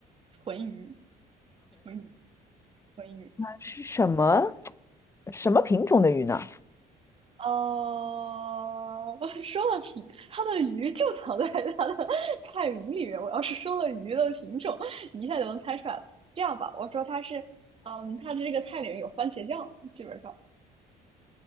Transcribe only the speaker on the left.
是什么 <tsk> 什么品种的鱼呢？